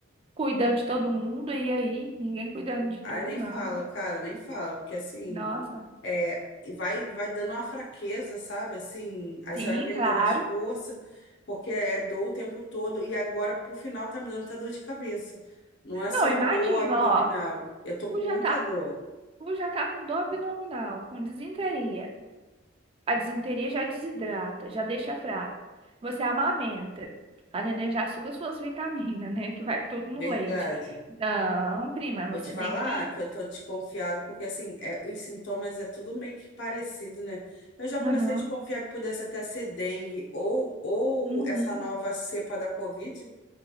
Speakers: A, on the right; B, on the left.
A: cuidando de todo mundo e aí ninguém cuidando de
B: Ai,
A: tu,
B: nem
A: não.
B: fala, cara, nem fala, porque assim,
A: Nossa.
B: é, e vai, vai dando uma fraqueza, sabe? Assim, aí
A: Sim,
B: você vai perdendo
A: claro.
B: as forças, porque é dor o tempo todo, e agora pro final tá me dando até dor de cabeça. Não é só
A: Não, imagina,
B: dor abdominal,
A: ó.
B: eu tô
A: Tu
B: com muita
A: já tá com,
B: dor,
A: tu já tá com dor abdominal, com disenteria. A disenteria já desidrata, já deixa fraca. Você amamenta. A neném já suga suas vitaminas, né? Que vai tudo no
B: verdade.
A: leite. Não, prima, você
B: Vou te falar
A: tem que.
B: que eu tô desconfiada, porque assim, é, os sintomas é tudo meio que parecido, né? Eu já comecei
A: Aham.
B: a desconfiar que pudesse até ser dengue ou, ou
A: Uhum.
B: essa nova cepa da Covid,